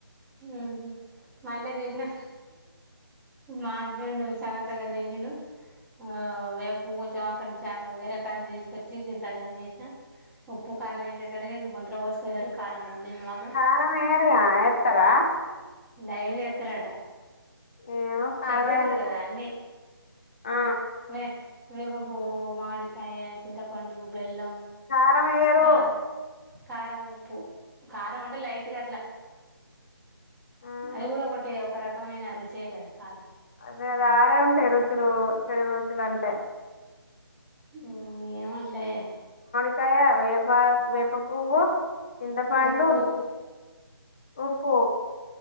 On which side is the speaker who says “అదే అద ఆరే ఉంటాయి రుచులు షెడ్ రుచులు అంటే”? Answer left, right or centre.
Left